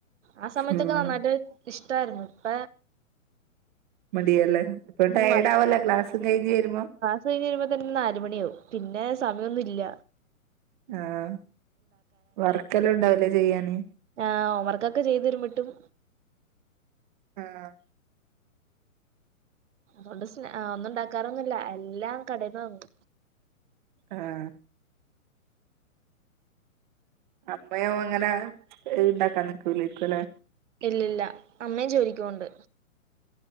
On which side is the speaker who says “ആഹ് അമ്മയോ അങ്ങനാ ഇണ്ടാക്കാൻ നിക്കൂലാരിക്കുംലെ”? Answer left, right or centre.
Right